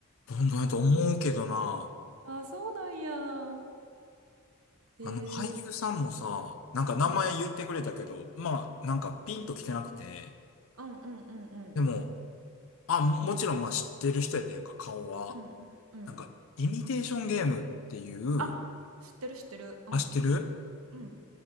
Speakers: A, on the left; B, on the right.
A: ロンドンやと思うけどな。
B: あ、そうなんや。へえ。
A: あの、俳優さんもさ、なんか名前言ってくれたけど、
B: うん。
A: まあ、なんかピンと来てなくて、
B: うんうんうんうんうん。
A: でも、あ、ももちろんまあ知ってる人やったんやんか、顔は。
B: うんうんうん。
A: なんか、イミテーションゲームっていう、
B: あ、知ってる知ってる。うん。
A: あ、知ってる
B: うん。